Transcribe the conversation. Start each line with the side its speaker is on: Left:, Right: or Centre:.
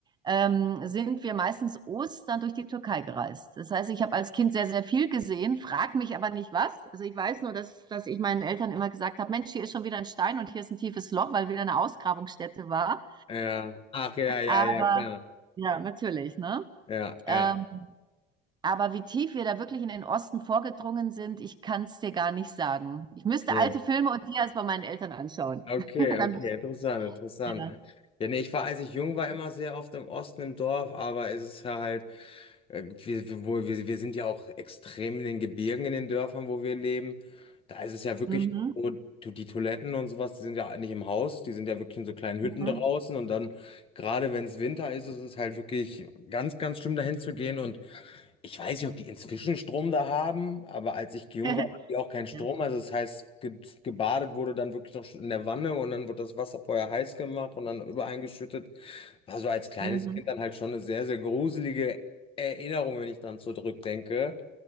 Right: ähm, sind wir meistens Ostern durch die Türkei gereist. Das heißt, ich habe als Kind sehr, sehr viel gesehen, frag mich aber nicht was. Also ich weiß nur, dass, dass ich meinen Eltern immer gesagt habe, Mensch, hier ist schon wieder ein Stein und hier ist ein tiefes Loch, weil wieder eine Ausgrabungsstätte war.
Left: Ja. Ach ja, ja,
Right: Aber
Left: ja, klar.
Right: ja, natürlich, ne?
Left: Ja, ja.
Right: Ähm, aber wie tief wir da wirklich in den Osten vorgedrungen sind, ich kann es dir gar nicht sagen. Ich müsste
Left: ja.
Right: alte Filme und Dias bei meinen Eltern anschauen.
Left: Okay,
Right: <laughs> Dann
Left: okay, interessant, interessant.
Right: ja.
Left: Ja, nee, ich war, als ich jung war, immer sehr oft im Osten im Dorf, aber es ist halt, äh, wir, wir, wo- wir wir sind ja auch extrem in den Gebirgen, in den Dörfern, wo wir leben. Da ist es ja wirklich
Right: Mhm.
Left: so, du- die Toiletten und sowas, die sind ja nicht im Haus, die sind ja wirklich in so kleinen Hütten
Right: Mhm.
Left: draußen und dann, gerade wenn es Winter ist, ist es halt wirklich ganz, ganz schlimm, dahin zu gehen und Ich weiß nicht, ob die inzwischen Strom da haben, aber als ich jung
Right: <laughs>
Left: war, hatten die auch keinen Strom.
Right: Ja.
Left: Also das heißt, ge gebadet wurde dann wirklich noch in der Wanne und dann wird das Wasser vorher heiß gemacht und dann übereingeschüttet. War so als kleines
Right: Mhm.
Left: Kind dann halt schon eine sehr, sehr gruselige Erinnerung, wenn ich dran zurückdenke.